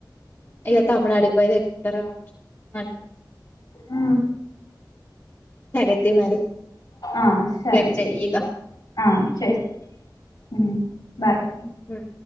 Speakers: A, on the left (about 35°); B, on the left (about 70°).
A: ఇక తమిళనాడుకి వైదే ఏచ్చుకుంటా రావచ్చు మ <inaudible>
B: ఊ
A: సరే తీ మరి
B: ఆ సరే
A: రేపు చెయ్యి
B: తీ
A: ఇగ
B: ఆ చేస్ ఊ బాయ్
A: బాయ్